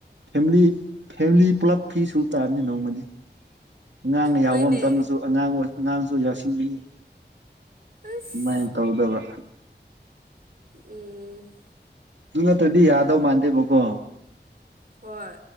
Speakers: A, on the right (about 80°); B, on the right (about 55°).
A: ꯐꯦꯃꯂꯤ ꯐꯦꯃꯤꯂꯤ ꯄꯨꯂꯞ ꯐꯤ ꯁꯨꯕ ꯇꯥꯕꯅꯤ ꯅꯣꯡꯃꯗꯤ ꯑꯉꯥꯡꯅ
B: ꯍꯣꯏꯅꯦ
A: ꯌꯥꯎꯕ ꯃꯇꯝꯇꯗꯁꯨ ꯑꯉꯥꯡ ꯑꯣꯏ ꯑꯉꯥꯡꯁꯨ ꯌꯥꯁꯤꯟꯅꯤꯡꯉꯤ
B: ꯑꯁ
A: ꯑꯗꯨꯃꯥꯏꯅ ꯇꯧꯗꯕ
B: ꯎꯝ
A: ꯗꯨ ꯅꯠꯇ꯭ꯔꯗꯤ ꯌꯥꯗꯧ ꯃꯥꯟꯗꯦꯕꯀꯣ
B: ꯍꯣꯏ